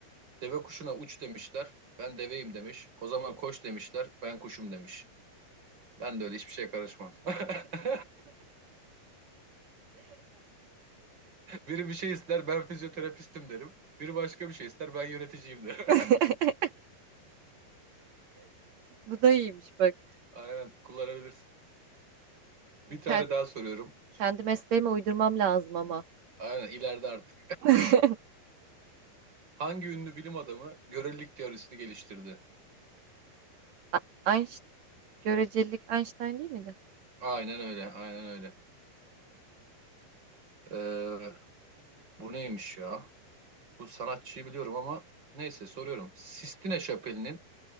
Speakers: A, on the right (about 25°); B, on the right (about 50°).
A: Deve kuşuna uç demişler. Ben deveyim demiş. O zaman koş demişler. Ben kuşum demiş. Ben de öyle hiçbir şeye karışmam. <laughs> Biri bir şey ister ben fizyoterapistim derim. Biri başka bir şey ister ben yöneticiyim derim.
B: <laughs> Bu da iyiymiş bak.
A: <laughs> Aynen kullanabilirsin. Bir tane
B: Kendi,
A: daha soruyorum.
B: kendi mesleğime uydurmam lazım ama.
A: Hmm. Aynen ileride artık.
B: <laughs>
A: Hangi ünlü bilim adamı görelilik teorisini geliştirdi?
B: A- Einst- görecelik Einstein değil miydi?
A: Aynen öyle, aynen öyle. Ee, Bu neymiş ya? Bu sanatçıyı biliyorum ama neyse soruyorum. Sistine Şapeli'nin